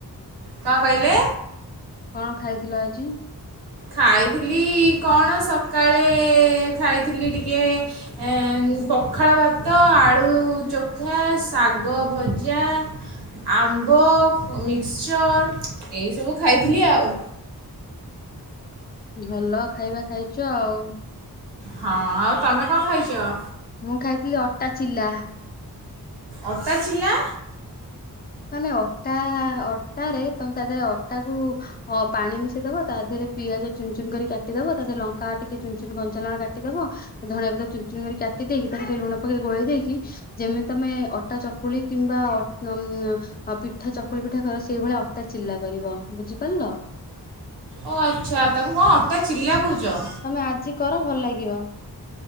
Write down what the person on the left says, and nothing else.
କଣ ଖାଇଥିଲ ଆଜି?
ଭଲ ଖାଇବା ଖାଇଚ ଆଉ।
ମୁଁ ଖାଇଥିଲି ଅଟା ଚିଲା।
ମାନେ ଅଟା ଅଟାରେ ତମେ ତା ଦେହରେ ଅଟା କୁ ହ ପାଣି ମିଶେଇ ଦବ ତା ଦେହରେ ପିଆଜ ଚୁନ ଚୁନ କରି କାଟିଦବ ତା ଦେହରେ ଲଙ୍କା ଟିକେ ଚୁନ୍ ଚୁନ୍ କଞ୍ଚା କାଟିଦବ ଧଣିଆ ଭିତ ଚୁନ୍ ଚୁନ୍ କରି କାଟି ଦେଇକି ତାକୁ ଟିକେ ଲୁଣ ପକେଇ ଗୋଳେଇ ଦେଇକି ଯେମିତି ତମେ ଅଟା ଚକୁଳି କିମ୍ବା ହ ମ୍ ପିଠା ଚକୁଳି ପିଠା କର ସେଇଭଳିଆ ଅଟା ଚିଲା କରିବ ବୁଝିପାରିଲ?
ତମେ ଆଜି କର ଭଲ ଲାଗିବ